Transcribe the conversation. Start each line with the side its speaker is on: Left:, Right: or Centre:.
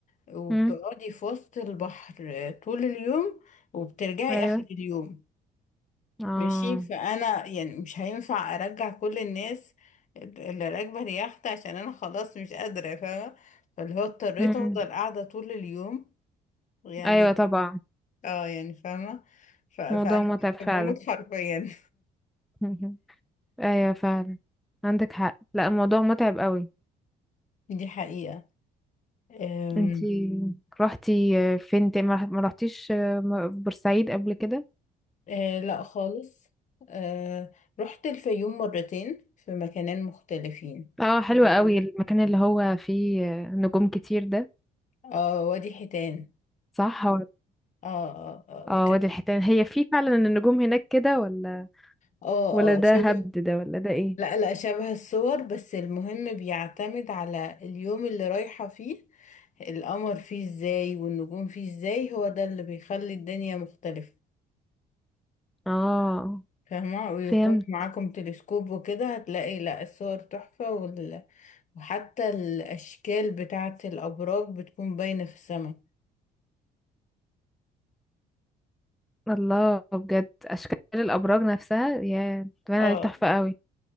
Left: وبتقعدي
Centre: امم
Left: في وسط البحر طول اليوم وبترجعي
Centre: ايوه
Left: اخر اليوم
Centre: اه
Left: ماشي فانا يعني مش هينفع ارجع كل الناس اللي راكبة اليخت عشان انا خلاص مش قادرة فاهمة فاللي هو اضطريت
Centre: امم
Left: افضل قاعدة طول اليوم يعني
Centre: ايوه
Left: لا
Centre: طبعا
Left: اه يعني فاهمة ف- فانا
Centre: موضوع متعب
Left: كنت
Centre: فعلا
Left: بموت حرفيا
Centre: <laughs> ايوه فعلا عندك حق لا الموضوع متعب قوي
Left: <laughs> دي حقيقة أم،
Centre: انتي رحتي فين تاني ما رح- ما رحتيش بورسعيد قبل كده
Left: آه لا خالص آه رحت الفيوم مرتين في مكانين مختلفين
Centre: اه حلو قوي المكان اللي هو فيه نجوم كتير ده
Left: اه وادي حيتان
Centre: صح هو
Left: اه اه
Centre: اه
Left: اه كان-
Centre: وادي الحيتان هي فيه فعلا النجوم هناك كده ولا
Left: اه
Centre: ولا ده
Left: آه، شبه
Centre: هبد ده ولا ده ايه
Left: لا لا شبه الصور بس المهم بيعتمد على اليوم اللي رايحة فيه القمر فيه ازاي والنجوم فيه ازاي هو ده اللي بيخلي الدنيا مختلفة
Centre: اه
Left: فاهمة ويكون
Centre: فهمت
Left: معاكم تلسكوب وكده هتلاقي لا الصور تحفة وال... وحتى الأشكال بتاعة الأبراج بتكون باينة في السماء
Centre: الله بجد اشكال الابراج نفسها يا باين
Left: اه
Centre: عليه تحفة قوي